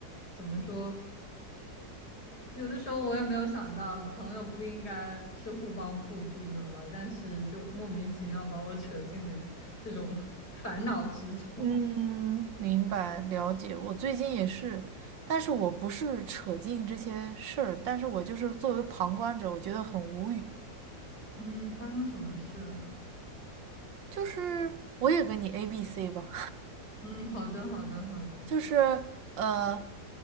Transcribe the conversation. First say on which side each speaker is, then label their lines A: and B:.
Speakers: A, on the left; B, on the right.
A: 怎么说，就有的时候我也没有想到，朋友不应该是互帮互助的嘛，但是就莫名其妙把我扯进了这种 <laughs> 烦恼之中。
B: 嗯，
A: <laughs>
B: 明白了解。我最近也是，但是我不是扯进这些事儿，但是我就是作为旁观者，我觉得很无语。
A: 嗯，发生什么事了？
B: 就是我也跟你 A B C 吧。
A: 嗯，好的，好的，好的，
B: 就是呃